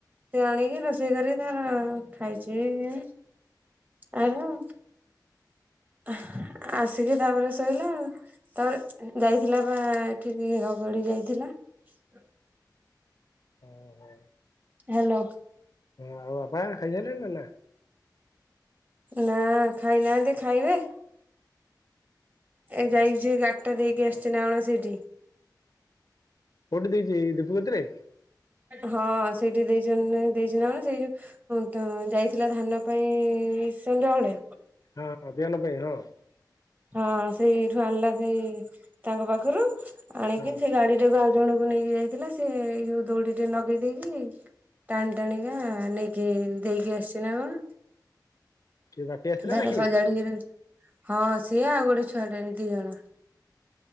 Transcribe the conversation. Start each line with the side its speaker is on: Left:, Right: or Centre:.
Right: ସେ ଆଣିକି ରୋଷେଇ କରି ତାର ର ଖାଇଛି ଇ ଆଇଲା ଆଉ। <inaudible> ଆସିକି ତାପରେ ଶୋଇଲା ଆଉ। ତାପରେ ଯାଇଥିଲା ବା ଆ ଆ ଏଠିକି ରଗଡି ଯାଇଥିଲା। <inaudible>
Left: ହଁ ହଁ
Right: ହ୍ୟାଲୋ।
Left: ହଁ! ଆଉ ବାପା ଆ ଖାଇସାରି ଲେ ନି ନା ଆ?
Right: ନା ଆ ଖାଇନାହାନ୍ତି ଖାଇବେ। ଏ ଯାଇଛି ଗାଡିଟା ଦେଇକି ଆସି ନା କଣ ସେଇଠି?
Left: କଉଠି ଦେଇଛି, ଦୀପି କତିରେ!
Right: ହଁ, ସେଇଠି ଦେଇଛନି, ଦେଇଛନି ନ ସେଇ ଯଉ ହୁଁତୁ ଯାଇଥିଲା ଧାନ ପାଇଁ-ଇଁ ସନ୍ଧ୍ୟାବେଳେ
Left: ହଁଁ, ବିହନ ପାଇଁ, ହଁ
Right: ହଁ, ସେଇଠୁ ଆଣିଲା ସେଇ ତାଙ୍କ ପାଖରୁ ଆଣିକି
Left: ହଁ
Right: ସେଇ ଗାଡି ଟାକୁ ଆ ଜଣକୁ ନେଇକି ଯାଇଥିଲା। ସେ ଏଇ ଯୋଉ ଦଉଡିଟେ ନଗେଇ ଦେଇକି। ଟାଣି ଟାଣିିକା ନେଇକି ଦେଇକି ଆସସି ନା କଣ?
Left: କିଏ ବାପି ଆସିଥିଲା
Right: ଧର
Left: ନା କି
Right: ସଜାଡିକି ହଁ, ସିଏ ଆଉ ଗୋଟେ ଛୁଆଟେ ଦି ଅଣ।